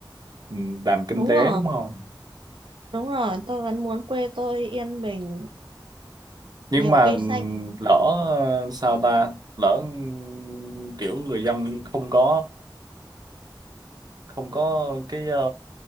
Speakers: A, on the right; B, on the right.
A: ừm, làm kinh
B: đúng
A: tế
B: rồi
A: đúng không
B: đúng rồi tôi vẫn muốn quê tôi yên bình
A: nhưng
B: nhiều
A: mà
B: cây
A: ừm,
B: xanh
A: lỡ ờ, sao ta lỡ ừm, kiểu người dân không có không có cái ờ,